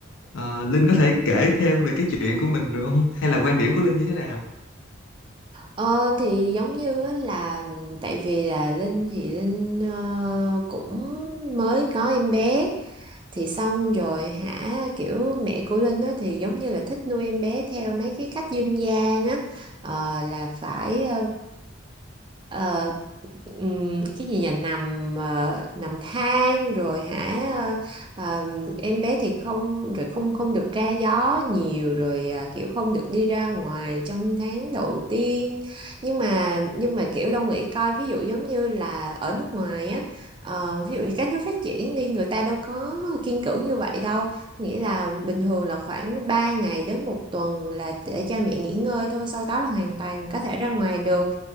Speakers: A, on the left; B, on the right.
A: ờ, Linh có thể kể thêm về cái chuyện của mình được không? Hay là quan điểm của Linh như thế nào?
B: Ờ thì giống như á là tại vì là Linh thì Linh ờ, cũng mới có em bé thì xong rồi hả kiểu mẹ của Linh á thì giống như là thích nuôi em bé theo mấy cái cách dân gian á Ờ, là phải um, ừm, cái gì nhỉ nằm ờ, nằm than rồi hả ờ, ờm, em bé thì không rồi không không được ra gió nhiều rồi à, kiểu không được đi ra ngoài trong tháng đầu tiên nhưng mà nhưng mà kiểu Đông nghĩ coi ví dụ giống như là ở nước ngoài á ờ, ví dụ như các nước phát triển đi người ta đâu có kiêng cữ như vậy đâu nghĩa là bình thường là khoảng 3 ngày đến một tuần là để cha mẹ nghỉ ngơi thôi sau đó là hoàn toàn có thể ra ngoài được